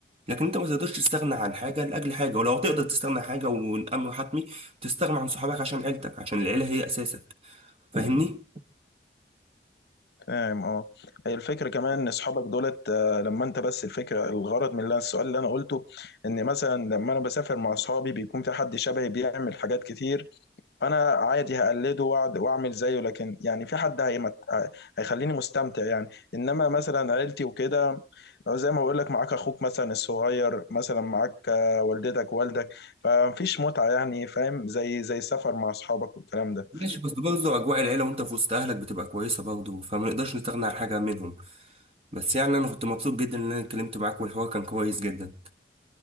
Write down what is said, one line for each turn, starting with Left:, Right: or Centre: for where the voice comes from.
Right: لكن انت ما تقدرش تستغنى عن حاجه لاجل حاجه ولو تقدر تستغنى عن حاجه والامر حتمي تستغنى عن صحابك عشان عيلتك عشان العيله هي اساسك فاهمني
Left: فاهم اه هي الفكره كمان ان اصحابك دولت آه، لما انت بس الفكره الغرض من اللي- السؤال اللي انا قلته ان مثلا لما انا بسافر مع اصحابي بيكون في حد شبهي بيعمل حاجات كتير فانا عادي هقلده وأقعد- واعمل زيه لكن يعني في حد هيمت... هيخليني مستمتع يعني انما مثلا عيلتي وكده لو زي ما بقول لك معاك اخوك مثلا الصغير مثلا معاك آه، والدتك والدك فمفيش متعة يعني فاهم زي زي السفر مع اصحابك والكلام ده
Right: ماشي بس برضه أجواء العيلة وأنت في وسط أهلك بتبقى كويسة برضه فما نقدرش نستغنى عن حاجة منهم بس يعني أنا كنت مبسوط جدا إن أنا اتكلمت معاك والحوار كان كويس جدا